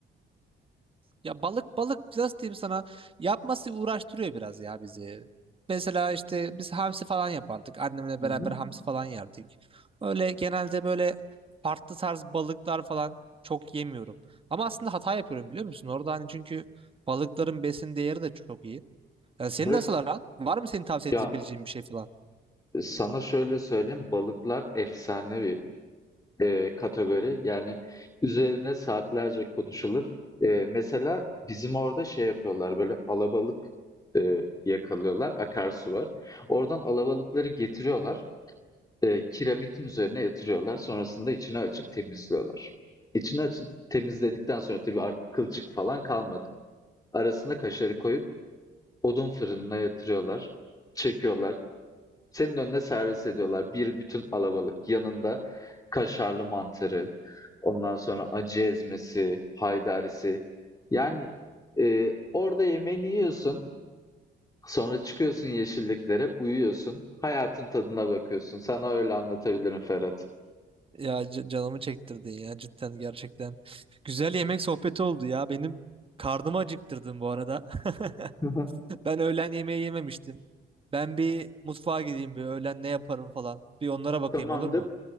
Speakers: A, on the right (about 25°); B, on the left (about 20°).
A: Ya balık balık nasıl diyeyim sana yapması uğraştırıyor biraz ya bizi. Mesela işte biz hamsi falan yapardık. Annemle
B: Hı
A: beraber
B: hı.
A: hamsi falan yerdik. Öyle genelde böyle farklı tarz balıklar falan çok yemiyorum. Ama aslında hata yapıyorum biliyor musun? Orada hani çünkü balıkların besin değeri de çok iyi. Ya senin
B: Evet.
A: nasıl aran? Var mı senin tavsiye
B: Ya,
A: edebileceğin bir şey falan?
B: sana şöyle söyleyeyim, balıklar efsanevi, eee, kategori. Yani üzerine saatlerce konuşulur. Eee, mesela bizim orada şey yapıyorlar, böyle alabalık, eee, yakalıyorlar, akarsu var. Oradan alabalıkları getiriyorlar. e, kiremitin üzerine yatırıyorlar. Sonrasında içine açıp temizliyorlar. İçine açıp temizledikten sonra tabii artık kılçık falan kalmadı. Arasına kaşarı koyup odun fırınına yatırıyorlar. Çekiyorlar. Senin önüne servis ediyorlar. Bir bütün alabalık. Yanında kaşarlı mantarı. Ondan sonra acı ezmesi, haydarisi. Yani e, orada yemeğini yiyorsun. Sonra çıkıyorsun yeşilliklere, uyuyorsun. Hayatın tadına bakıyorsun. Sana öyle anlatabilirim Ferhat.
A: Ya c- canımı çektirdin ya cidden gerçekten. Güzel yemek sohbeti oldu ya. Benim karnımı acıktırdın bu arada. <laughs>
B: <laughs>
A: Ben öğlen yemeği yememiştim. Ben bir mutfağa gideyim bir öğlen ne yaparım falan. Bir onlara bakayım
B: Tamamdır.
A: olur mu?